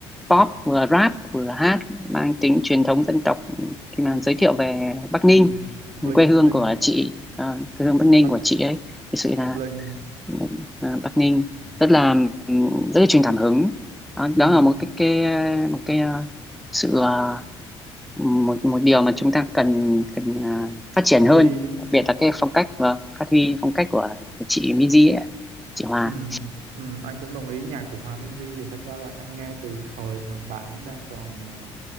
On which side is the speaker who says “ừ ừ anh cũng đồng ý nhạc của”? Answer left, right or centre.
Right